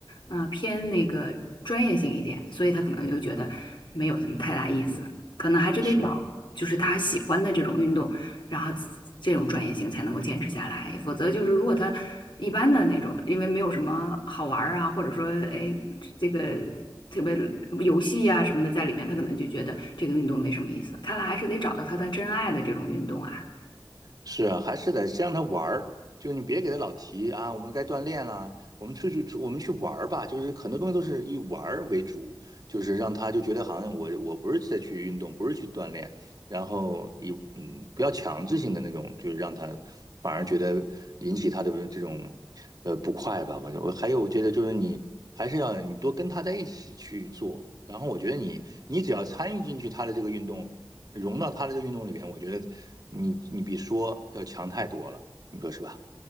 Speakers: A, on the left; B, on the right.
A: 嗯，偏那个专业性一点，所以他可能就觉得没有什么太大意思，可能还是得找就是他喜欢的这种运动，
B: 是。
A: 然后这种专业性才能够坚持下来，否则就是如果他一般的那种，因为没有什么好玩儿啊，或者说哎这个。特别游戏呀、什么的在里面，他可能就觉得这个运动没什么意思。看来还是得找到他的真爱的这种运动啊。
B: 是啊，还是得先让他玩儿，就你别给他老提啊，我们该锻炼啦，我们出去出，我们去玩儿吧，就是很多东西都是以玩儿为主，就是让他就觉得好像我我不是在去运动，不是去锻炼，然后以嗯不要强制性的那种，就是让他反而觉得引起他的这种呃不快吧，反正我还有我觉得就是你还是要你多跟他在一起去做，然后我觉得你你只要参与进去他的这个运动。融到他的这个运动里边，我觉得你你比说要强太多了，你说是吧？